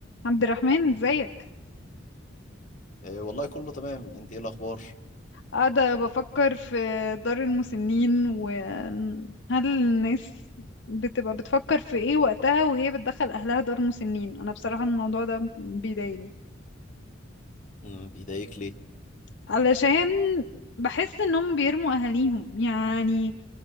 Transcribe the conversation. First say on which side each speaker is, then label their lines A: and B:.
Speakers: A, on the left; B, on the left.
A: عبد الرحمن ازيك
B: آه، والله كله تمام انت ايه الاخبار
A: قاعدة بفكر في دار المسنين وهل الناس بتبقى بتفكر في ايه وقتها وهي بتدخل اهلها دار مسنين انا بصراحة الموضوع ده بيضايقني
B: مم، بيضايقك ليه
A: علشان بحس انهم بيرموا اهاليهم يعني